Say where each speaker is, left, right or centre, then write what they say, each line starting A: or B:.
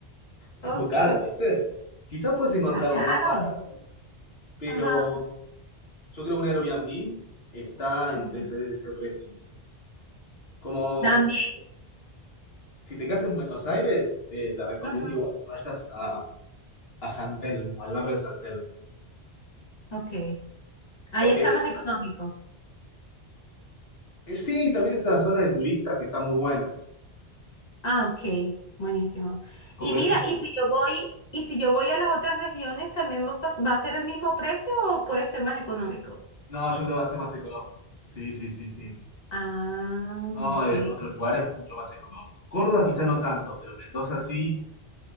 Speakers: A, on the left (about 65°); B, on the left (about 40°).
A: Es
B: ok.
A: muy caro, ¿viste? Quizás puedes encontrar
B: Está
A: algo
B: caro.
A: más barato, pero
B: Ajá,
A: yo creo un Airbnb está entre
B: ok.
A: ese, ese precio. Como
B: También,
A: si te quedas en Buenos Aires, eh, te recomiendo
B: ujú,
A: igual que vayas a, a San Telmo, al barrio de San Telmo.
B: ok. Ahí
A: Porque
B: está más económico.
A: eh, sí, también es una zona de turistas que está muy buena.
B: Ah, ok. Buenísimo.
A: Como
B: Y
A: que
B: mira,
A: es un...
B: y si yo voy, y si yo voy a las otras regiones, ¿también va a pas- va a ser el mismo precio o puede ser más económico?
A: No, yo creo que va a ser más económico. Sí, sí, sí, sí.
B: Ah,
A: No,
B: ok.
A: de otros lugares mucho más económico. Córdoba quizá no tanto, pero Mendoza sí.